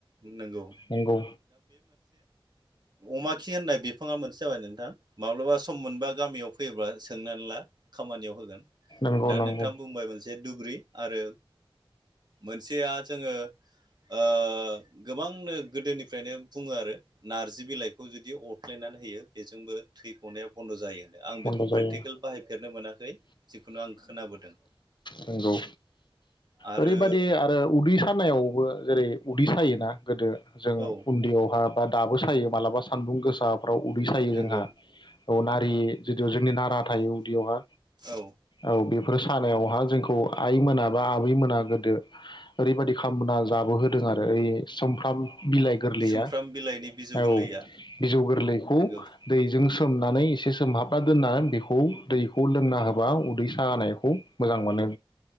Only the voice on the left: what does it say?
नंगौ
नंगौ
नंगौ
बन्द'
जायो
नंगौ
ओरैबादि आरो उदै सानायावबो जेरै उदै सायोना गोदो जों
उन्दैयावहा दा दाबो सायो मालाबा सानदुं गो साफ्राव उदै सायो
जोंहा। औ, नारि जदि जोंनि नारा थायो उदैयावहा
औ बेफोर सानायावहा जोंखौ आइ मोना बा आबै मोना गोदो ओरै बायदि खालामामना जाबो होदों आरो ओइ समफ्राम बिलाइ गोरलैया
औ गोरलैखौ
दैजों सोमनानै एसे सोमहाबना दोनना बेखौ दैखौ लोंना होबा उदै सानायखौ मोजां मोनो